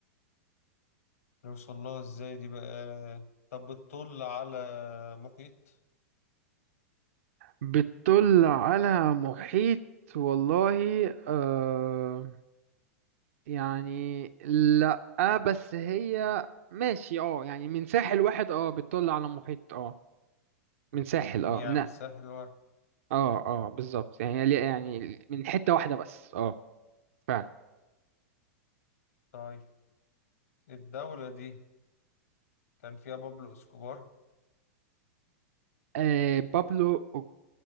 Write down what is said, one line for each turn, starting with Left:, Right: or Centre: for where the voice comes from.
Left: نوصل لها إزاي دي بقى طب بتطل على محيط
Right: بتطل على محيط والله آه يعني لأ بس هي ماشي اه يعني من ساحل واحد اه بتطل على محيط اه من ساحل اه
Left: يعني
Right: من
Left: مش سهل واحد
Right: اه اه بالظبط يعني ليه- يعني من حتة واحدة بس اه فعلا
Left: طيب الدولة دي كان فيها بابلو اسكوبار
Right: آه بابلو أو-